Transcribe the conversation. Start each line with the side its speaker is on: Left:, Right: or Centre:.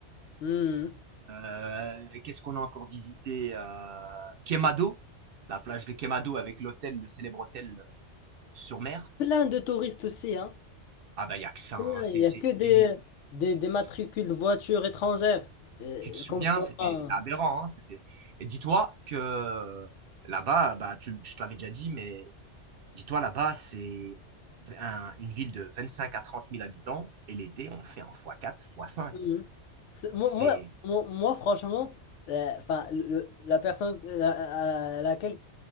Left: Mhm.
Right: Euh, qu'est-ce qu'on a encore visité Euh, Quemado, la plage de Quemado avec l'hôtel, le célèbre hôtel euh, sur mer.
Left: Plein de touristes aussi, hein.
Right: Ah bah, il n'y a que ça. hein.
Left: Il
Right: C'est,
Left: n'y
Right: c'est-
Left: a que des,
Right: c'est une-
Left: des,
Right: c'est-
Left: des matricules
Right: c'est-
Left: de voitures étrangères. Euh,
Right: tu te souviens,
Left: comme quoi.
Right: c'était
Left: hein.
Right: c'était aberrant. hein. C'était... Et dis-toi que euh, là-bas, bah, tu, je t'avais déjà dit, mais dis-toi là-bas, c'est un- une ville de 25 à trente mille habitants et l'été, on fait en fois quatre, fois cinq.
Left: Mhm. C'est- Moi,
Right: C'est...
Left: moi, moi- moi, franchement, euh, enfin, le la personne la- à laquelle